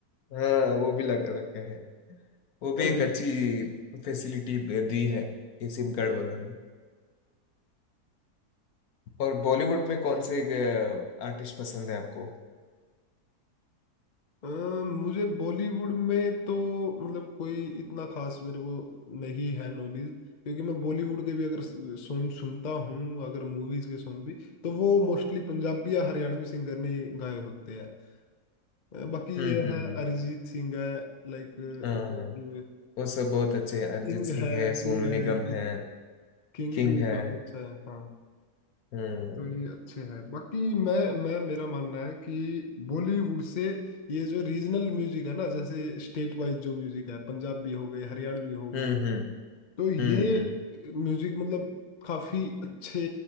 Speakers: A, on the left; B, on the left.
A: हाँ वो भी लग रखा है वो भी
B: यार
A: एक
B: हम्म
A: अच्छी फैसिलिटी दी है ये सिम कार्ड वालों ने और बॉलीवुड में कौन से आर्टिस्ट पसंद है आपको
B: अ, मुझे बॉलीवुड में तो मतलब कोई इतना खास मेरे को नहीं है नॉलेज क्योंकि मैं बॉलीवुड के भी अगर सॉन्ग सुनता हूँ अगर मूवीज के सॉन्ग भी तो वो मोस्टली पंजाबी या हरियाणवी सिंगर ने गाए होते हैं अ, बाकी
A: हम्म
B: ये
A: हम्म
B: है
A: हम्म
B: अरिजीत सिंह है लाइक
A: हाँ
B: और
A: हाँ वो सब बहुत अच्छे हैं अरिजीत
B: किंग
A: सिंह
B: है
A: है
B: किंग
A: सोनू निगम
B: है
A: है
B: किंग
A: किंग
B: भी
A: है
B: काफी अच्छा है हाँ
A: हम्म
B: तो ये अच्छे हैं बाकी मैं मैं मेरा मानना है कि बॉलीवुड से ये जो रीजनल म्यूजिक है ना जैसे स्टेट वाइज जो म्यूजिक है पंजाबी हो गए हरियाणवी हो गए
A: हम्म हम्म
B: तो ये
A: हम्म हम्म।
B: म्यूजिक मतलब काफी अच्छे